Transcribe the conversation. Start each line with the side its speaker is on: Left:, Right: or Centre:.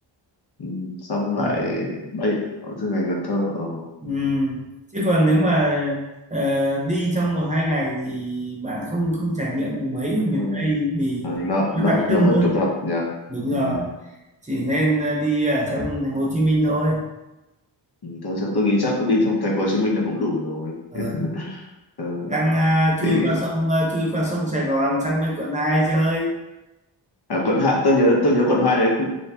Left: Ừ. xong lại
Right: ừ.
Left: bay ở từ ngày Cần Thơ ờ.
Right: Ừ. chứ còn nếu mà ờ, đi trong một hai ngày thì bạn không không trải nghiệm được mấy ở miền
Left: Ờ.
Right: Tây vì
Left: Ờ, nó
Right: nó
Left: nó
Right: đặc trưng
Left: nó hơi
Right: hơn
Left: cập rập nhỉ
Right: đúng rồi
Left: ừ.
Right: chỉ nên ờ, đi ở trong thành phố Hồ Chí Minh thôi
Left: Ừ. thôi sao tôi nghĩ chắc đi trong thành phố Hồ Chí Minh là cũng đủ rồi
Right: Ờ,
Left: <laughs> ờ.
Right: đang à, chui
Left: thì
Right: qua sông à, chui qua sông Sài Gòn sang bên quận 2 chơi
Left: À, quận hai tôi nhớ tôi nhớ quận hai đấy khu